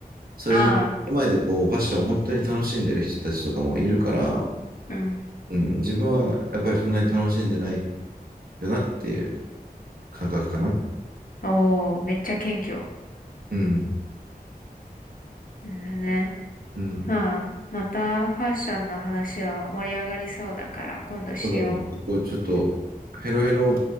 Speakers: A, on the right (about 70°); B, on the left (about 60°).
A: そういうなんか前でこう、
B: ああ、
A: ファッションを本当に楽しんでる人たちとかもいるから、
B: うん。
A: うん、自分はやっぱりそんなに楽しんでないよなっていう感覚かな。
B: おー、めっちゃ謙虚。
A: うん。
B: うんだね。
A: うん
B: まあ、またファッションの話は盛り上がりそうだから、今度しよ
A: そうだね。結構ちょっとヘロヘロ